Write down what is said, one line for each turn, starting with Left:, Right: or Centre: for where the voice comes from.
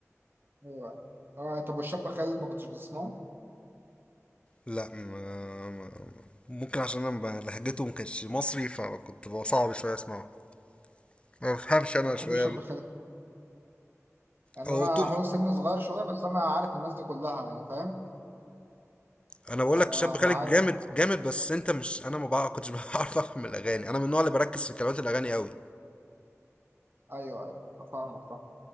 Right: ايوه اه طب والشاب خالد ما كنتش بتسمعه؟
Left: لا ما... ما... ممكن عشان انا ب- لهجته ما كانتش مصري فكنت بقى صعب شويه اسمعه ما بفهمش انا
Right: بحب
Left: شويه
Right: الشاب
Left: ال-
Right: خالد يعني
Left: هو
Right: انا
Left: طول
Right: هو سن صغير شويه بس انا عارف الناس دي كلها يعني فاهم
Left: انا بقول
Right: يعني
Left: لك
Right: انا
Left: شاب خالد
Right: عارف
Left: جامد
Right: انت
Left: جامد بس انت مش انا ما بقى كنتش <laughs> بعرف افهم الاغاني انا من النوع اللي بركز في كلمات الاغاني قوي
Right: ايوه ايوه أيوة، فاهمك فاهم